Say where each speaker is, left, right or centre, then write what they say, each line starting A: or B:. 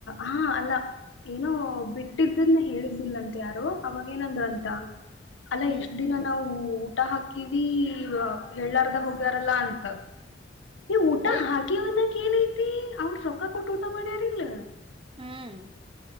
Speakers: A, on the left; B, on the right.
A: ಹಾ ಅಲ್ಲಾ ಏನೋ ಬಿಟ್ಟಿದ್ದನ ಹೇಳಿದ್ದಿಲ್ಲಂತ ಯಾರೊ ಅವಾಗ ಏನಂದ್ರ ಅಂತ. ಅಲ್ಲ
B: ಹ್ಮ್
A: ಇಷ್ಟ್ ದಿನ ನಾವು. ಊಟ ಹಾಕ್ ಕಿವಿ ಎಳ್ಳಹರ್ದ್ ಹೋಗ್ಯಾರಲ್ಲ ಅಂತ. ಈ ಊಟ
B: ಐ
A: ಹಾಕಿವನ್ನ. ಏನೈತಿ ಅವ್ರ ಸೊಕ್ಕ ಕೊಟ್ ಊಟ ಮಾಡ್ಯಾರಿಲ್ಲ.
B: ಹ್ಮ್